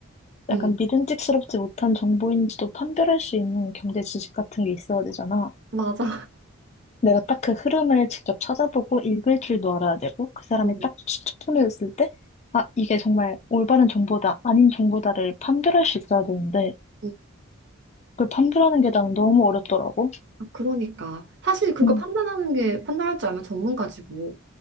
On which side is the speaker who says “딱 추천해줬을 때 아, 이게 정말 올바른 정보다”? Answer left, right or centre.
Left